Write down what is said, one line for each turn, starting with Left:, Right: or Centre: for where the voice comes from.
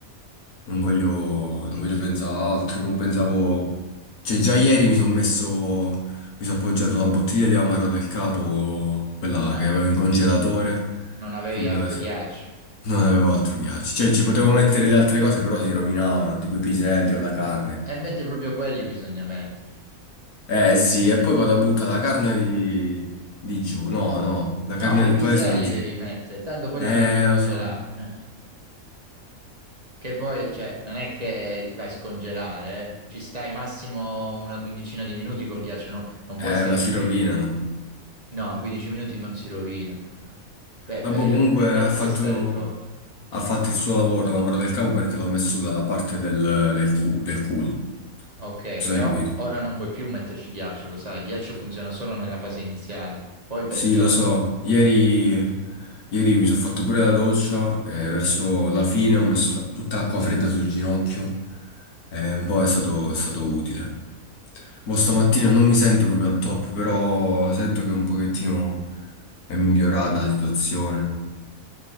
Left: Non voglio, non voglio pensare a altro, mo pensavo... Cioè, già ieri mi sono messo... Mi sono appoggiato la bottiglia di amaro del capo, quella
Right: Ah,
Left: che avevo in congelatore,
Right: non avevi
Left: sul... no,
Right: altro ghiaccio.
Left: Non avevo altro ghiaccio. Cioè, ci potevo mettere le altre cose, però si rovinavano, tipo i piselli o la carne.
Right: E invece proprio quelli bisogna mettere.
Left: Eh sì, e poi vado a buttare la carne di, di giù. No, no, la
Right: No,
Left: carne
Right: i
Left: del
Right: piselli
Left: paese non si...
Right: devi mettere, tanto poi
Left: Eh,
Right: li puoi ricongelare.
Left: lo so.
Right: eh. Che poi, cioè, non è che li fai scongelare, eh. Ci stai massimo una quindicina di minuti col ghiaccio, non, non
Left: Eh,
Right: puoi starci
Left: ma si
Right: più
Left: rovinano.
Right: di... No, in 15 minuti non si rovina. Beh,
Left: Vabbè,
Right: beh,
Left: comunque
Right: poi
Left: ha
Right: non
Left: fatto...
Right: puoi stare troppo.
Left: Ha
Right: Eh,
Left: fatto il suo lavoro, la mano del capo, perché l'ho messo dalla parte del, del cu- del culo. Non
Right: ok,
Left: so
Right: però
Left: se hai capito.
Right: ora non puoi più metterci ghiaccio, lo sai, il ghiaccio funziona solo nella fase iniziale, poi peggiora.
Left: Sì, lo so. Ieri, ieri mi sono fatto pure la doccia e verso la fine ho messo tutta acqua fredda sul ginocchio e un po' è stato, è stato utile. Boh, stamattina non mi sento proprio al top, però sento che un pochettino è migliorata la situazione.